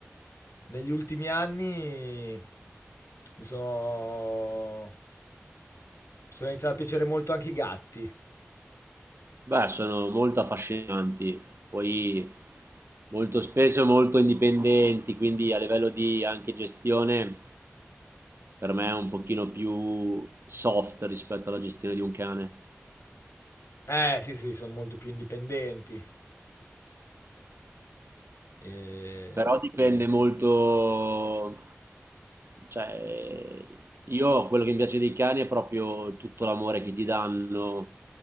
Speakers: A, on the left; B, on the right.
A: Negli ultimi anni mi sono... mi sono iniziato a piacere molto anche i gatti.
B: Beh, sono molto affascinanti, poi molto spesso molto indipendenti, quindi a livello di anche gestione per me è un pochino più soft rispetto alla gestione di un cane.
A: Eh, sì, sì, sono molto più indipendenti. E...
B: Però dipende molto, cioè io quello che mi piace dei cani è proprio tutto l'amore che ti danno